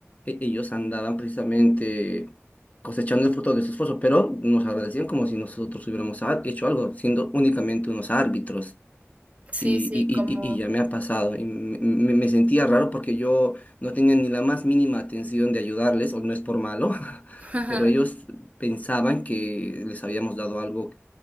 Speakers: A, on the left (about 30°); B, on the right (about 30°).
A: e- ellos andaban precisamente cosechando el fruto de su esfuerzo, pero nos agradecían como si nosotros hubiéramos a- hecho algo, siendo únicamente unos árbitros.
B: sí,
A: Y,
B: sí,
A: y, y,
B: como...
A: y y ya me ha pasado. Y me, me- me sentía raro porque yo no tenía ni la más mínima atención de ayudarles, o no es por malo, <laughs>
B: <laughs>
A: pero ellos pensaban que les habíamos dado algo